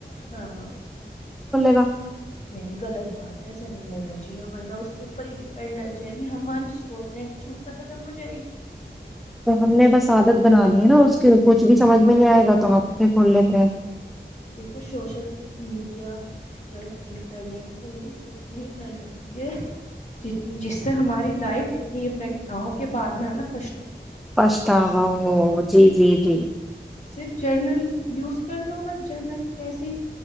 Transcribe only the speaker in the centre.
گا
تو ہم نے بس عادت بنا لی ہے نا اس کے کچھ بھی سمجھ میں نہیں آئے گا تو آپ سے کھول لیتے ہیں
فسگ جی جی جی